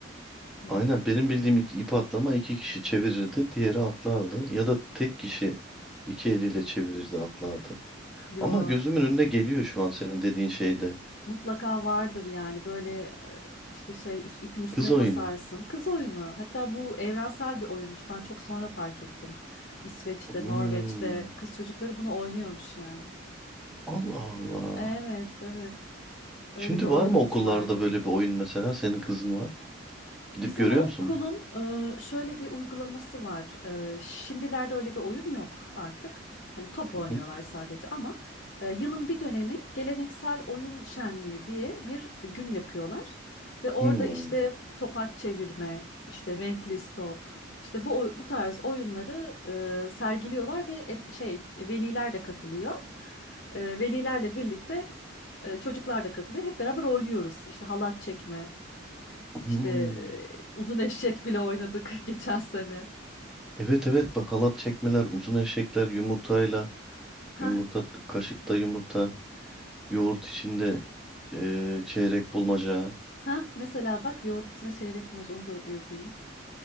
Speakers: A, on the left (about 50°); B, in the centre.
A: Mm-mm.
B: Aynen benim bildiğim iki- ip atlama iki kişi çevirirdi, diğeri atlardı. Ya da tek kişi iki eliyle çevirirdi, atlardı.
A: yo
B: Ama gözümün önüne geliyor şu an senin dediğin şeyde.
A: mutlaka vardır yani böyle e, işte şey üst- ipin üstüne
B: Kız oyunu.
A: basarsın. Kız oyunu hatta bu evrensel bir oyunmuş ben çok sonra fark ettim. İsveç'te,
B: Hmm.
A: Norveç'te kız çocukları bunu oynuyormuş yani.
B: Allah Allah.
A: Evet evet öyle
B: Şimdi
A: bir oyunumuz
B: var mı okullarda
A: vardı.
B: böyle bir oyun mesela? Senin kızın var. Gidip
A: Bizim
B: görüyor
A: okulun
B: musun bunu?
A: e, şöyle bir uygulaması var. E, Şimdilerde öyle bir oyun yok artık. Hani top oynuyorlar
B: Hı hı.
A: sadece ama e, yılın bir dönemi geleneksel oyun şenliği diye bir gün yapıyorlar. Ve orada
B: Hmm.
A: işte topaç çevirme, işte renkli top, işte bu oy- bu tarz oyunları e, sergiliyorlar ve e- şey veliler de katılıyor. E, Velilerle birlikte e, çocuklar da katılıyor. Hep beraber oynuyoruz. İşte halat çekme. İşte
B: Hmm.
A: e, uzun eşek bile oynadık <laughs> geçen sene.
B: Evet evet bakalat çekmeler, uzun eşekler yumurtayla,
A: Ha
B: yumurta kaşıkta yumurta, yoğurt içinde eee, çeyrek bulmaca.
A: ha mesela bak yoğurt içine çeyrek bulmaca onu da yazayım.